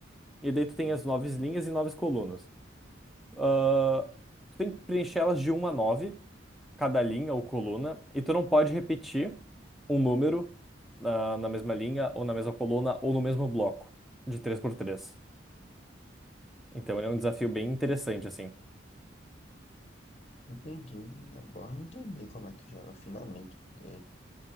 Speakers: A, in the centre; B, on the left.
A: e daí tu tem
B: Hum,
A: as nove linhas e nove colunas. Ah, tu tem que preencher elas de uma a 9, cada linha ou coluna, e tu não pode repetir um número na, na mesma linha, ou na mesma coluna, ou no mesmo bloco, de três por três Então ele é um desafio bem interessante, assim.
B: Entendi, agora eu entendi como é que joga, finalmente, porque